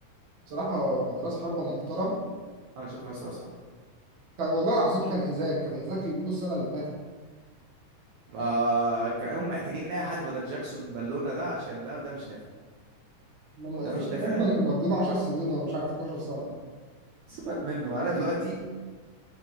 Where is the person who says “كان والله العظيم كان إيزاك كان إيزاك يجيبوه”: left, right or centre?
Right